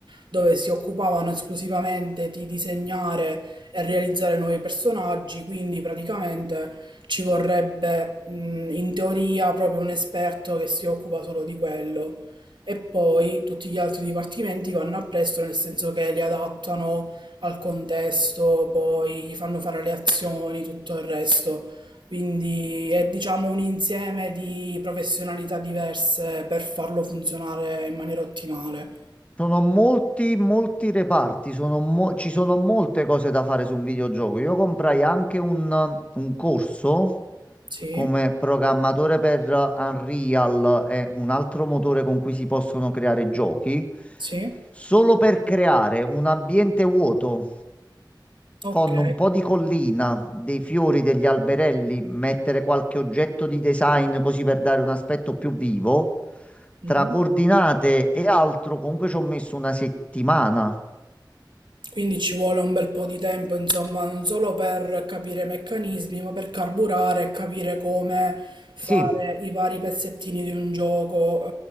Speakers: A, on the right; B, on the left.
A: dove si occupavano esclusivamente di disegnare e realizzare nuovi personaggi, quindi praticamente... Ci vorrebbe, mhmm, in teoria proprio un esperto che si occupa solo di quello e poi tutti gli altri dipartimenti vanno appresso, nel senso che li adattano al contesto, poi gli fanno fare le azioni, tutto il resto. Quindi è diciamo un insieme di professionalità diverse per farlo funzionare in maniera ottimale.
B: Sono molti, molti reparti, sono mo- ci sono molte cose da fare su un videogioco. Io comprai anche un, un corso
A: Sì,
B: come programmatore per Unreal e un altro motore con cui si possono creare giochi,
A: sì,
B: solo per creare un ambiente vuoto
A: ok.
B: con un po' di collina, dei fiori, degli alberelli, mettere qualche oggetto di design così per dare un aspetto più vivo
A: Mhm.
B: tra coordinate e altro, comunque ci ho messo una settimana.
A: Quindi ci vuole un bel po' di tempo, insomma, non solo per capire i meccanismi, ma per carburare e capire come fare
B: Sì,
A: i vari pezzettini di un gioco,